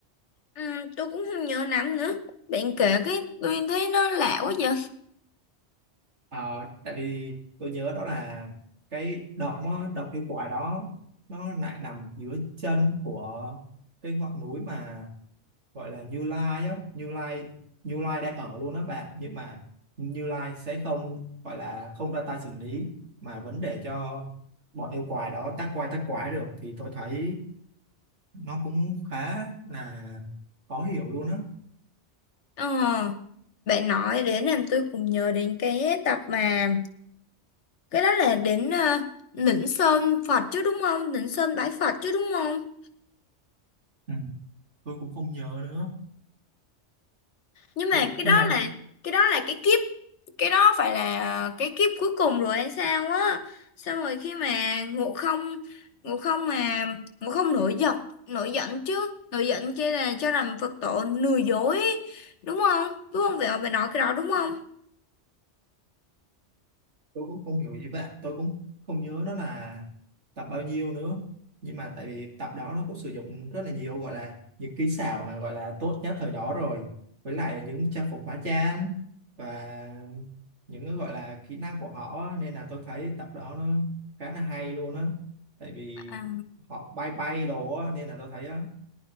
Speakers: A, on the left; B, on the right.
A: ừ, tôi cũng không nhớ lắm nữa bạn kể cái tôi thấy nó lạ quá vậy
B: Ờ, tại vì tôi nhớ đó là cái động á, động yêu quái đó nó lại nằm dưới chân của cái ngọn núi mà gọi là Như Lai á Như Lai Như Lai đang ở luôn đó bạn nhưng mà Như Lai sẽ không gọi là không ra tay xử lý mà vẫn để cho bọn yêu quái đó tác quái tác quái được thì tôi thấy nó cũng khá là khó hiểu luôn á
A: Ờ, bạn nói đến làm tôi cũng nhớ đến cái tập mà cái đó là đến uh, Lĩnh Sơn Phật chứ đúng không? Lĩnh Sơn bái Phật chứ đúng không?
B: ừ. tôi cũng không nhớ nữa
A: Nhưng mà
B: Nh
A: cái
B: nhưng
A: đó
B: mà
A: là cái đó là cái kiếp cái đó phải là ờ, cái kiếp cuối cùng rồi hay sao á? Xong rồi khi mà Ngộ Không Ngộ Không mà Ngộ Không nổi giận nổi giận chứ nổi giận kia là cho rằng Phật tổ lừa dối ấy. Đúng không? Đúng không? Vậy mà bạn nói cái đó đúng không?
B: tôi cũng không hiểu ý bạn tôi cũng không nhớ nó là tập bao nhiêu nữa nhưng mà tại vì tập đó nó cũng sử dụng rất là nhiều gọi là những kỹ xảo mà gọi là tốt nhất thời đó rồi với lại là những trang phục hóa trang và những cái gọi là kỹ năng của họ á. nên là tôi thấy tập đó nó khá là hay luôn á tại vì
A: À.
B: họ bay bay đồ á, nên là tôi thấy á,